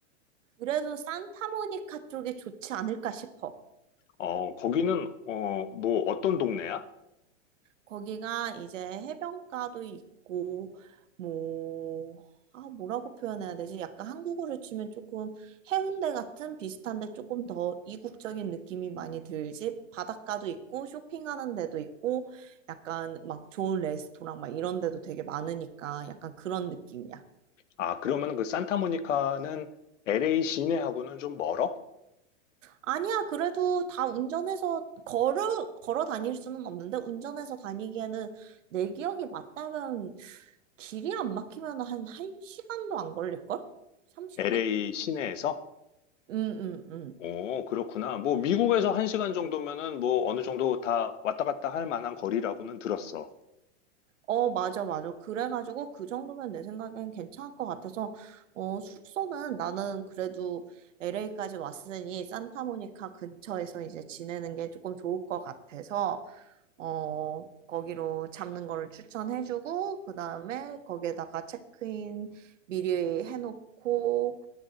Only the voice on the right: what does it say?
그래도 산타모니카 쪽이 좋지 않을까 싶어.
거기가 이제 해변가도 있고, 뭐, 아, 뭐라고 표현해야 되지? 약간 한국으로 치면 조금 해운대 같은 비슷한데 조금 더 이국적인 느낌이 많이 들지? 바닷가도 있고, 쇼핑하는 데도 있고, 약간 막 좋은 레스토랑 막 이런 데도 되게 많으니까 약간 그런 느낌이야.
아니야, 그래도 다 운전해서 걸어, 걸어 다닐 수는 없는데, 운전해서 다니기에는 내 기억이 맞다면, 길이 안 막히면 한 1시간도 안 걸릴걸? 30분?
응, 응, 응.
어, 맞아, 맞아. 그래가지고 그 정도면 내 생각엔 괜찮을 것 같아서, 어, 숙소는 나는 그래도 LA까지 왔으니 산타모니카 근처에서 이제 지내는 게 조금 좋을 것 같아서, 어, 거기로 잡는 거를 추천해주고, 그 다음에 거기에다가 체크인 미리 해놓고,